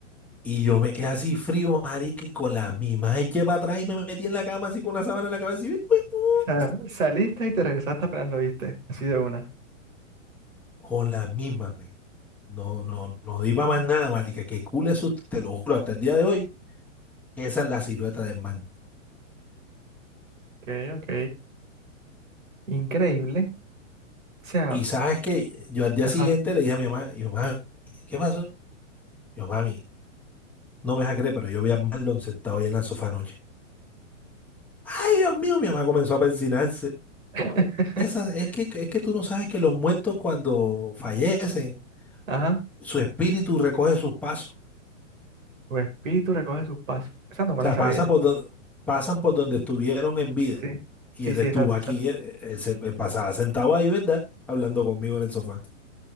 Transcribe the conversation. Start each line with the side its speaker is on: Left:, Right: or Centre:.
Centre: Y yo me quedé así frío, marica, y con las mismas eché para atrás y me metí en la cama así con la sábana en la cabeza y ¡uy, uy, pu-!
Right: sea, saliste y te regresaste apenas lo viste, así de una.
Centre: con las mismas, men. No, no, no di para más nada, marica. Que cool es, su- te lo juro, hasta el día de hoy. Esa es la silueta del man.
Right: Ok, ok, increíble. O sea,
Centre: Y sabes que yo al día
Right: ajá,
Centre: siguiente le dije a mi mamá, yo, mami, ¿qué pasó? Yo, mami, no me vas a creer, pero yo vi a Marlon sentado ahí en el sofá anoche. Ay, Dios mío, mi mamá comenzó a persinarse.
Right: <laughs>
Centre: Esa, es que, es que tú no sabes que los muertos cuando fallecen,
Right: ajá,
Centre: su espíritu recoge sus pasos. O
Right: tu espíritu recoge sus pasos. Esa no me
Centre: sea,
Right: la sabía.
Centre: pasa por do- pasan por donde estuvieron en vida.
Right: Sí, sí,
Centre: Y
Right: sí,
Centre: él
Right: sí,
Centre: estuvo
Right: exacto,
Centre: aquí,
Right: exacto.
Centre: él, él se él pasaba sentado ahí, ¿verdad? Hablando conmigo en el sofá.